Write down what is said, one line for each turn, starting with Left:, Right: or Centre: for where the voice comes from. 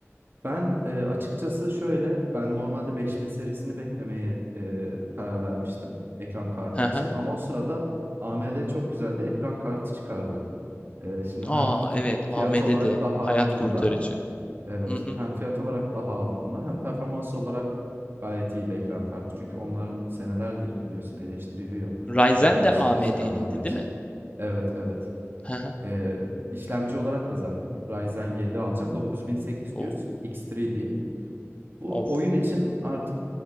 Right: Ben, eee, açıkçası şöyle, ben normalde 5000 serisini beklemeye, eee, karar vermiştim ekran kartı
Left: Hı hı.
Right: için ama o sırada AMD çok güzel bir ekran kartı çıkardı. Eee, şimdi hem
Left: Aa
Right: fi
Left: evet
Right: fiyat
Left: AMD'de
Right: olarak daha
Left: hayat
Right: altında
Left: kurtarıcı.
Right: Evet,
Left: Hı hı.
Right: hem fiyat olarak daha altında hem performans olarak gayet iyi bir ekran kartı. Çünkü onlar senelerdir biliyorsun eleştiriliyor
Left: Ryzen
Right: güzel
Left: de
Right: bir
Left: AMD'nindi
Right: şey çıkarmadığı için.
Left: değil mi?
Right: Evet, evet.
Left: Hı hı.
Right: Eee, işlemci olarak da zaten Ryzen 7 alacağım. 9800
Left: Oo.
Right: X3D. Bu
Left: Of.
Right: oyun için artık,